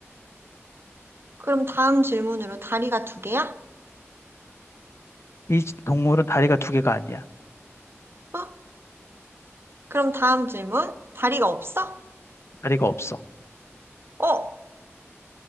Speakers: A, on the right; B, on the left.
A: 그럼 다음 질문으로 다리가 두 개야?
B: 이 지- 동물은 다리가 두 개가 아니야.
A: 어? 그럼 다음 질문, 다리가 없어?
B: 다리가 없어.
A: 어?